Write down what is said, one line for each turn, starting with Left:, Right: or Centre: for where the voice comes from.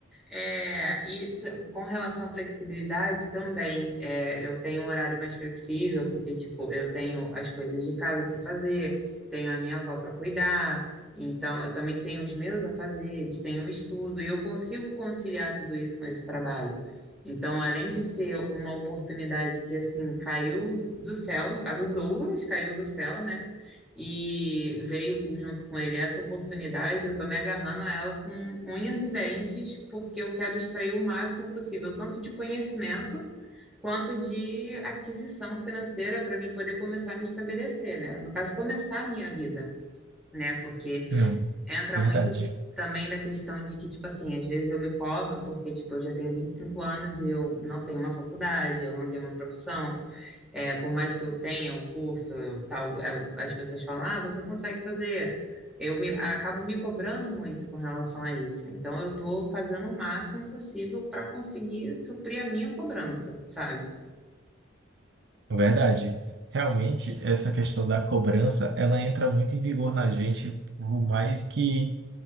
Centre: É, e t- com relação à flexibilidade também, é, eu tenho um horário mais flexível, porque, tipo, eu tenho as coisas de casa para fazer, tenho a minha avó para cuidar, então eu também tenho os meus afazeres, tenho o estudo, e eu consigo conciliar tudo isso com esse trabalho. Então, além de ser uma oportunidade que, assim, caiu do céu, no caso, o Douglas caiu do céu, né? E veio junto com ele essa oportunidade, eu estou me agarrando a ela com unhas e dentes, porque eu quero extrair o máximo possível, tanto de conhecimento quanto de aquisição financeira para mim poder começar a me estabelecer, né? No caso, começar a minha vida, né? Porque
Right: não.
Centre: entra
Right: Verdade.
Centre: muito também da questão de que, tipo assim, às vezes eu me cobro porque, tipo, eu já tenho 25 anos e eu não tenho uma faculdade, eu não tenho uma profissão. É, por mais que eu tenha o curso, eu, tal, é, o- as pessoas falam, ah, você consegue fazer. Eu me, acabo me cobrando muito com relação a isso. Então, eu estou fazendo o máximo possível para conseguir suprir a minha cobrança, sabe?
Right: Verdade. Realmente, essa questão da cobrança, ela entra muito em vigor na gente, por mais que